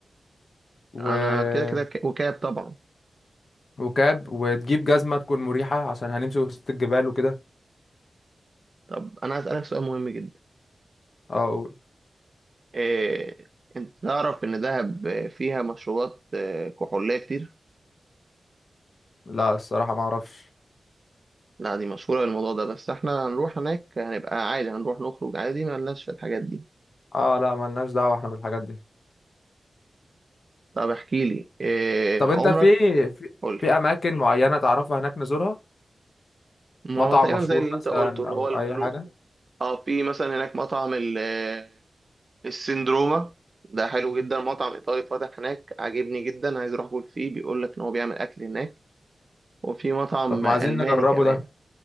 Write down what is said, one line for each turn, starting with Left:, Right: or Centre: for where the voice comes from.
Left: و...
Right: انا كده كده ك- وكاب طبعا
Left: وكاب وتجيب جزمة تكون مريحة عشان هنمشي وسط الجبال وكده
Right: طب انا عايز اسالك سؤال مهم جدا
Left: اه
Right: إيه، انت تعرف ان دهب فيها مشروبات آه، كحولية كتير
Left: لا الصراحة ما اعرفش
Right: لا دي مشهورة بالموضوع ده بس احنا هنروح هناك هنبقى عادي هنروح نخرج عادي ما لناش في الحاجات دي
Left: اه لا ملناش دعوة احنا بالحاجات دي
Right: طب احكي لي إيه
Left: طب انت
Right: عمرك
Left: في في,
Right: قول لي
Left: في اماكن معينة تعرفها هناك نزورها
Right: ما
Left: مطعم
Right: هو تقريبا
Left: مشهور
Right: زي اللي انت
Left: مثلا
Right: قلته اللي
Left: او
Right: هو البلو
Left: اي حاجة
Right: اه في مثلا هناك مطعم ال- آه، السندروما ده حلو جدا مطعم ايطالي فاتح هناك عاجبني جدا عايز اروح اكل فيه بيقول لك ان هو بيعمل اكل هناك وفي مطعم
Left: طب ما
Right: الماني
Left: عايزين نجربه
Right: كمان
Left: ده